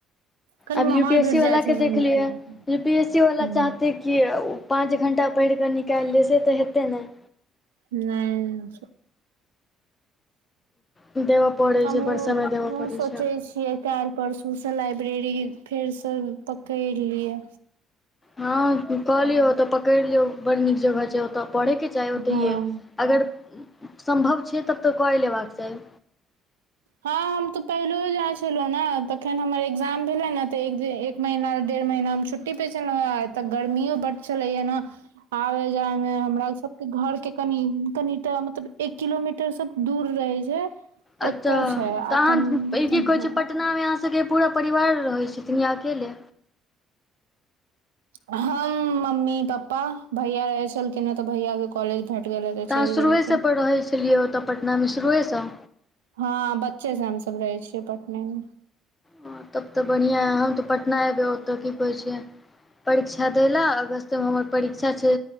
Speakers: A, on the right (about 80°); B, on the left (about 25°).
A: कनि
B: अब
A: माहौल
B: यू पी एस
A: भेट
B: सी वाला
A: जाइ छै
B: के
A: तऽ
B: देखलिएै
A: नीक लगै
B: यू पी एस सी
A: छै।
B: वाला चाहतै कि ओ पाँच घण्टा पढ़ि कऽ निकालियै से तऽ हेतै नहि
A: हूँ
B: देबऽ पड़ै
A: हमहुँ
B: छै बड़ समय देबऽ
A: उहे
B: पड़ै
A: सोचैत
B: छै
A: छियै काल्हि परसूसँ लाइब्रेरी फेरसँ पकड़ि लियै
B: हँ कहलियै ओतऽ पकड़ि लियौ बड़ नीक जगह छै ओतऽ पढ़ैके चाही ओतहिए
A: हँ
B: अगर सम्भव छै तब तऽ कऽए लेबाक चाही
A: हँ हम तऽ पहिलोहो जाइ छलहुं हें नऽ तखैन हमर एग्जाम भेले ने तऽ दिय एक महिना डेढ़ महीना हम छुट्टी पे छलहुँए एतऽ गर्मियो बड्ड छलै ये ने आबे जाय मे हमरा सबके घर के कनि कनिटाऽ मतलब एक किलोमीटर टर सब दूर रहै छै
B: अतऽ
A: ओतऽ छै आ
B: तऽ अहाँ
A: कनि
B: ई की कहै छै पटना मे अहाँ सभके पूरा परिवार रहैत छथिन या अकेले
A: हम मम्मी पप्पा भैया रहै छलखिन हें तऽ भैया के कॉलेज भेट गेलै चलि
B: तऽ अहाँ शुरुएसँ
A: गेलखिन
B: पर रहै छलियै ओतय पटनामे शुरुएसँ
A: हँ बच्चे से हम सब रहै छियै पटने मे
B: हँ तब तऽ बढ़ियां अए हम तऽ पटना अएबै ओतऽ की कहै छियै परीक्षा दै ला अगस्तमे हमर परीक्षा छै